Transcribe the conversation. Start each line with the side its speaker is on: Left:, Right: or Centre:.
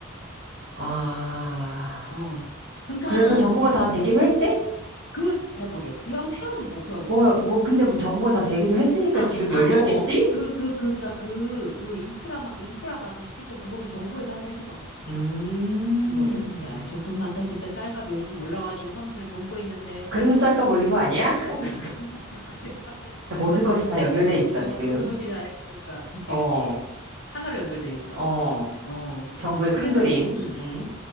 Right: 아.
Left: 어. 그러니까
Right: 그래서 정보가 다 되기로 했대?
Left: 그거 잘 모르겠어. 태양, 태양에서 뭐 어떻게 하고 있어.
Right: 뭐, 뭐, 근데 뭐 정보가 다 되기로 했으니까
Left: 아,
Right: 지금
Left: 아,
Right: 열렸겠지?
Left: 어, 어. 그, 그, 그, 그니까 그, 그 인프라, 인프라가 97조, 그거는 정부에서 하기로 했었던 것 같아.
Right: 음.
Left: 그거를. 야, 정, 돈 많다. 진짜 쌀값 요즘 올라가지고 서민들은 굶고 있는데.
Right: 그래서 쌀값 올린 거 아니야? <laughs>
Left: <laughs> 그런가, 그거 내려고 쌀값
Right: 모든 것이
Left: 올린 건가?
Right: 다 연결돼 있어,
Left: 어,
Right: 지금.
Left: 모든 것이 다, 그러니까, 그치,
Right: 어,
Left: 그치. 하나로 연결돼 있어.
Right: 어.
Left: 어.
Right: 정부의
Left: 그래서,
Right: 큰 그림.
Left: 음.
Right: 음,